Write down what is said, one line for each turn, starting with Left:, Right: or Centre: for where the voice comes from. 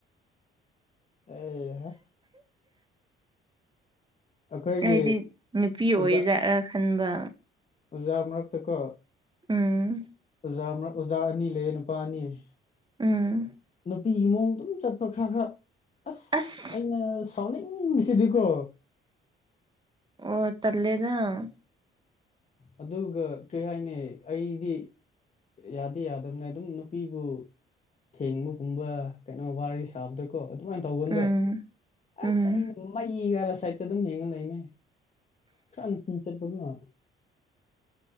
Left: ꯑꯩꯍꯥ ꯑꯩꯈꯣꯏꯒꯤ
Right: ꯍꯥꯏꯗꯤ ꯅꯨꯄꯤ ꯑꯣꯏꯖꯠꯔꯥ
Left: ꯑꯣꯖꯥ
Right: ꯈꯟꯕ
Left: ꯑꯣꯖꯥ ꯃꯔꯛꯇꯀ
Right: ꯎꯝ
Left: ꯑꯣꯖꯥ ꯑꯣꯖꯥ ꯑꯅꯤ ꯂꯩ ꯅꯨꯄꯥ ꯑꯅꯤ ꯂꯩ
Right: ꯎꯝ
Left: ꯅꯨꯄꯤꯒꯤ ꯃꯑꯣꯡ ꯑꯗꯨꯝ ꯆꯠꯄ ꯈꯔ ꯈꯔ ꯑꯁ
Right: ꯑꯁ
Left: ꯑꯩ ꯁꯥꯎꯅꯤꯡ ꯁꯤꯗꯤꯀꯣ
Right: ꯑꯣ ꯇꯔꯂꯦꯗꯥ
Left: ꯑꯗꯨꯒ ꯀꯔꯤ ꯍꯥꯏꯅꯤ ꯑꯩꯗꯤ ꯌꯥꯗꯤ ꯌꯥꯗꯕꯅꯦ ꯑꯗꯨꯝ ꯅꯨꯄꯤꯕꯨ ꯊꯦꯡꯕꯒꯨꯝꯕ ꯀꯩꯅꯣ ꯋꯥꯔꯤ ꯁꯥꯕꯗꯀꯣ ꯑꯗꯨꯃꯥꯏꯅ ꯇꯧꯒꯟꯕ
Right: ꯎꯝ ꯎꯝ
Left: ꯑꯁ ꯑꯩꯅꯣ ꯃꯩ ꯀꯔꯥ ꯁꯥꯏꯠꯇ ꯑꯗꯨꯝ ꯌꯦꯉꯥ ꯂꯩꯅꯦ ꯈꯔ ꯄꯤ ꯆꯠꯄꯒ